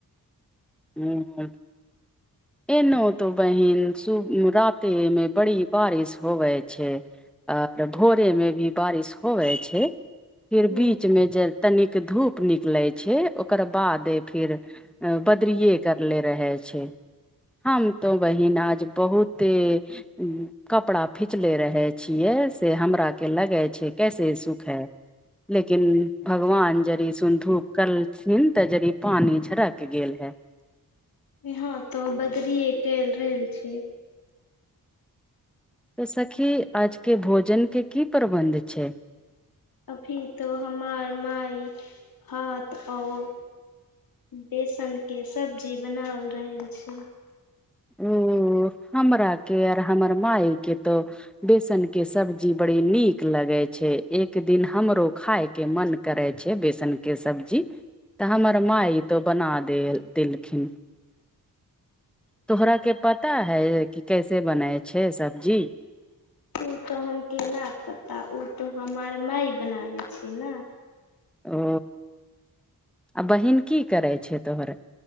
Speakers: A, in the centre; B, on the left (about 75°).
A: ह एनो तो बहिन सु रातेमे बड़ी बारिश होवे छै आओर भोरे मे भी बारिश होवे छै फिर
B: ह
A: बीच मे जल तनिक धूप निकले छै ओकर बाद फिर <unintelligible> करले रहे छै हम तो बहिन आज बहुते हूँ कपड़ा फिचले रहै छियै से हमरा के लगै छै कैसे सुखे लेकिन भगवान जड़ सुंधू करलथिन ते जड़ पानी झरक गेल हे
B: यहाँं तो बदरीे केल रहल छी
A: तऽ सखी आजके भोजनके की प्रबन्ध छै
B: अभी तो हमार माय हाथ आओ बेसन के सब्जी बनाल रहल छै
A: ह्म हमरा के यर हमर मायके तऽ बेसन के सब्जी बड़ी नीक लगे छै एक दिन हमरो खाय के मन करै छै बेसन के सब्जी तऽ हमर माय तो बना देल देलखिन तोहरा के पता है कि कैसे बनाय छै सब्जी
B: ओ तऽ हम केना पता उ तऽ हमर माय बनाबै छी ना
A: ओ आ बहिन की करै छै तोहर